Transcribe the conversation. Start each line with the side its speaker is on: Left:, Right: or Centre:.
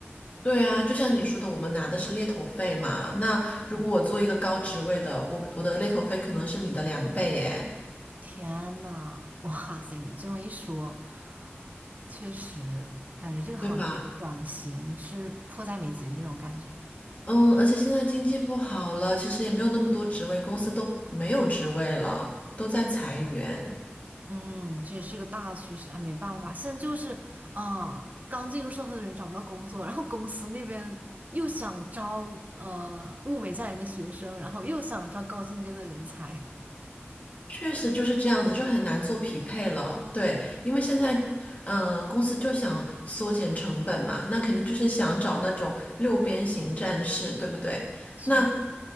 Left: 对啊，就像你说的，我们拿的是猎头费嘛。那如果我做一个高职位的，
Right: 嗯，
Left: 我我的猎头费可能是你的两倍耶，
Right: 天呐，<laughs> 哇塞，你这么一说，确实感觉这个行业转型是迫在眉睫的这种感觉。
Left: 对吧？嗯，而且现在经济不好了，其实也没有那么多职位，公司都没有职位了，都在裁员。
Right: 嗯，这也是个大趋势，哎，没办法，现在就是，啊、刚进入社会的人找不到工作，然后公司那边又想招呃物美价廉的学生，然后又想招高精尖的人才。
Left: 确实就是这样子，就很难做匹配了。对，因为现在，呃，公司就想缩减成本嘛，那肯定就是想找那种六边形战士，对不对？
Right: 是，
Left: 那